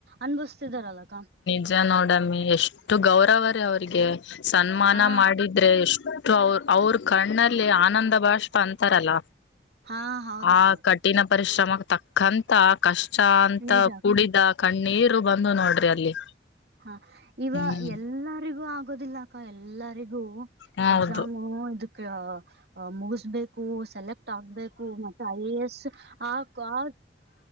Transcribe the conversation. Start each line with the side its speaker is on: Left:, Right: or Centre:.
Right: ಅನುಭವಿಸ್ತಾಯಿದಾರಲ್ಲ ಅಕ್ಕಾ
Left: ನಿಜ ನೋಡಮ್ಮಿ ಎಷ್ಟು ಗೌರವ ರೀ ಅವ್ರಿಗೆ ಸನ್ಮಾನ
Right: ಹಾ
Left: ಮಾಡಿದ್ರೆ ಎಷ್ಟು ಅವ ಅವ್ರ ಕಣ್ಣಲ್ಲಿ ಆನಂದ ಭಾಷ್ಪ ಅಂತಾರಲ್ಲ.
Right: ಹಾ ಹೌದೌದಕ್ಕ
Left: ಆ ಕಠಿಣ ಪರಿಶ್ರಮ ತಕ್ಕಂತ ಕಷ್ಟ ಅಂತ
Right: ನಿಜ
Left: ಕೂಡಿದ
Right: ಅಕ್ಕ.
Left: ಕಣ್ಣೀರು ಬಂತು ನೋಡ್ರಿ ಅಲ್ಲಿ
Right: ಹಾ ಇವ
Left: ಹ್ಮ್
Right: ಎಲ್ಲಾರಿಗೂ ಆಗೋದಿಲ್ಲ ಅಕ್ಕ ಎಲ್ಲರಿಗೂ
Left: ಹೌದು
Right: ಎಕ್ಸಾಮು ಇದಕ್ಕೆ ಮುಗಿಸ್ಬೇಕು ಸೆಲೆಕ್ಟ್ ಆಗ್ಬೇಕು ಮತ್ತೆ ಐ ಎ ಎಸ್ ಆ ಆ